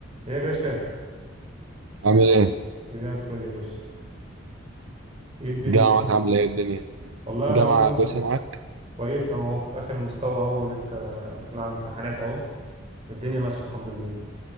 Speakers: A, on the right; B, on the right.
A: يا باشا
B: عامل ايه؟
A: إيه زي الفل يا باشا ايه الدنيا
B: الجامعة
A: في...
B: معاك عاملة ايه الدنيا؟
A: والله
B: الجامعة
A: انا اهو ماشي
B: كويسة معاك؟
A: كويس اهو في اخر المستوى اهو ولسه داخلين على الامتحانات اهو والدنيا ماشيه الحمد لله